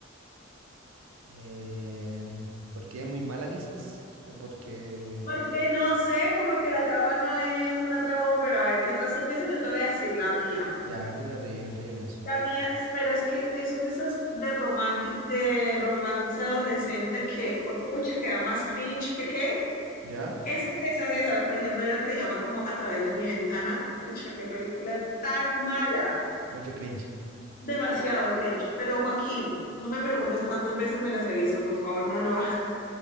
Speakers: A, on the right; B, on the left.
A: Em, ¿porque es muy mala quizás? ¿O porque...
B: Porque no sé, como que la trama no es una trama muy buena. A ver, mientras tú piensas, yo te voy a decir la mía.
A: Ya, a ver, dime la tuya y mientras yo pienso.
B: La mía, espera, es que es un de esos de romantic, de romance adolescente que, pucha, que da más cringe que qué.
A: ¿Ya?
B: Esas, esas, esas. Por ejemplo, hay unas que llama como A través de mi ventana. Pucha, qué película tan mala.
A: Mucho cringe. <laughs>
B: Demasiado cringe. Pero Joaquín, no me preguntes cuántas veces me las he visto, por favor, no lo hagas. <laughs>